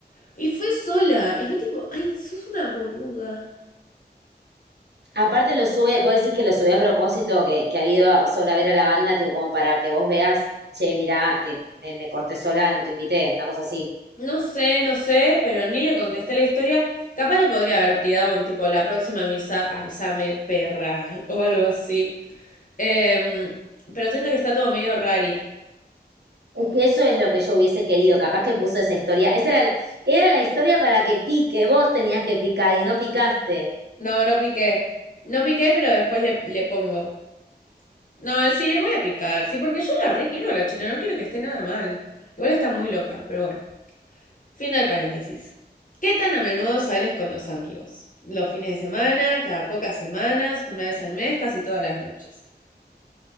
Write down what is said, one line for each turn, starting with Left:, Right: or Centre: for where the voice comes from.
Left: Y fue sola. Y fue tipo, ay, sos una boluda.
Right: Aparte lo sube, vos decís que lo subí a propósito, que, que ha habido sola a ver a la banda, tipo como para que vos veas, che, mirá, eh, me, me corté sola, no te invité, una cosa así.
Left: No sé, no sé, pero ni le contesté la historia. Capaz le podría haber tirado un tipo, la próxima misa, avísame, perra, <laughs> o algo así. Em, pero siento que está todo medio rari.
Right: Es que eso es lo que yo hubiese querido, capaz que puso esa historia, esa era la, era la historia para que pique, vos tenías que picar y no picaste.
Left: No, no piqué. No piqué, pero después le, le pongo. No, sí, le voy a picar, sí, porque yo la re quiero a la china, no quiero que esté nada mal. Igual está muy loca, pero bueno. Fin del paréntesis. ¿Qué tan a menudo sales con los amigos? Los fines de semana, cada pocas semanas, una vez al mes, casi todas las noches.